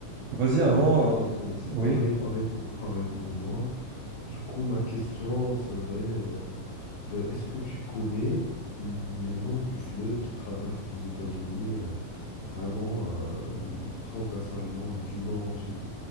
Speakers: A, on the right; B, on the left.
A: Vas-y, avant,
B: Ok, donc
A: euh,
B: euh,
A: oui,
B: pareil, pareil pour pareil pour moi. Du coup, ma question serait, euh, ben, est-ce que tu connais le nom du fleuve qui traverse les États-Unis, euh, vraiment, euh, transversalement du nord au sud?